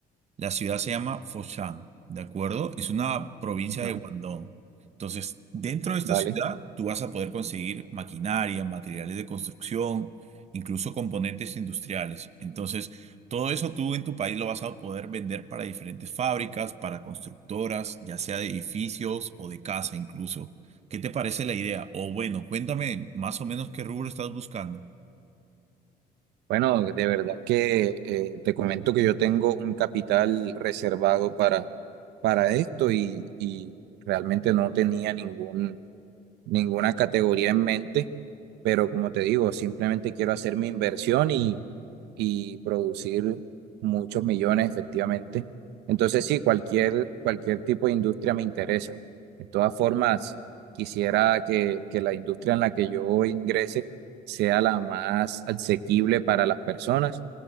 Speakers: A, on the right; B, on the right.
A: La ciudad se llama Foshan, ¿de acuerdo? Es una provincia
B: ujú,
A: de Guangdong. Entonces, dentro de esta
B: vale.
A: ciudad, tú vas a poder conseguir maquinaria, materiales de construcción, incluso componentes industriales. Entonces, todo eso tú en tu país lo vas a poder vender para diferentes fábricas, para constructoras, ya sea de edificios o de casa incluso. ¿Qué te parece la idea? O bueno, cuéntame más o menos qué rubro estás buscando.
B: Bueno, de verdad que eh, te comento que yo tengo un capital reservado para, para esto y, y realmente no tenía ningún, ninguna categoría en mente, pero como te digo, simplemente quiero hacer mi inversión y, y producir muchos millones efectivamente. Entonces sí, cualquier, cualquier tipo de industria me interesa. De todas formas, quisiera que, que la industria en la que yo ingrese sea la más asequible para las personas